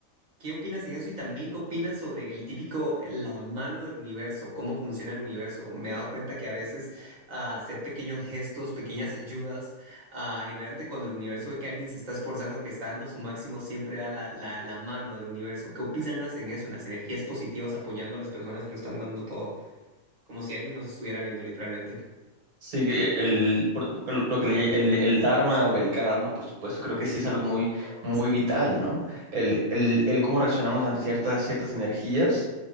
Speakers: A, on the right; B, on the right.
A: ¿Qué opinas en eso? Y también, ¿qué opinas sobre el típico, la mano del universo? ¿Cómo funciona el universo? Me he dado cuenta que a veces ah, hacer pequeños gestos, pequeñas ayudas, ah, generalmente cuando el universo ve que alguien se está esforzando, que está dando su máximo, siempre da la, la, la mano del universo. ¿Qué opinas en eso, en las energías positivas apoyando a las personas que lo están dando todo? como si alguien nos estuviera viendo literalmente.
B: Sí, que el, por- porque lo que le- el, el dharma o el karma, por supuesto, creo que sí es algo muy,
A: Oh,
B: muy
A: sí.
B: vital, ¿no? El, el, el cómo reaccionamos ante ciertas, ciertas energías.